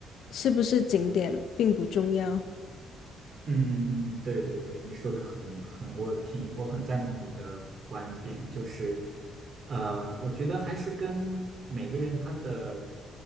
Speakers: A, on the left; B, on the right.
A: 是不是景点并不重要。
B: 嗯嗯嗯嗯，对对对，你说的很很，我挺我很赞同你的观点，就是，呃，我觉得还是跟每个人他的